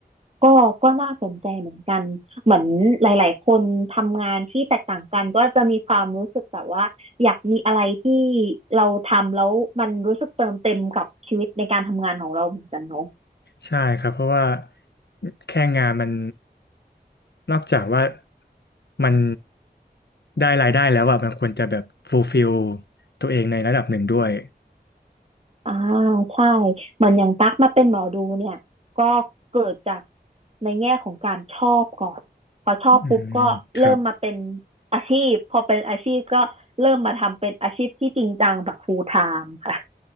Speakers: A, on the right; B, on the left.
A: ก็ก็น่าสนใจเหมือนกันเหมือนหลายๆคนทำงานที่แตกต่างกันก็จะมีความรู้สึกแบบว่าอยากมีอะไรที่เราทำแล้วมันรู้สึกเติมเต็มกับชีวิตในการทำงานของเราเหมือนกันเนาะ
B: ใช่ครับเพราะว่าแค่งานมันนอกจากว่ามันได้รายได้แล้วอะมันควรจะแบบฟูลฟิลตัวเองในระดับหนึ่งด้วย
A: อ่าใช่เหมือนอย่างตั๊กมาเป็นหมอดูเนี่ยก็เกิดจากในแง่ของการชอบก่อนพอชอบปุ๊บก็เริ่มมาเป็น
B: อืมครับ
A: อาชีพพอเป็นอาชีพก็เริ่มมาทำเป็นอาชีพที่จริงจังแบบ full time ค่ะ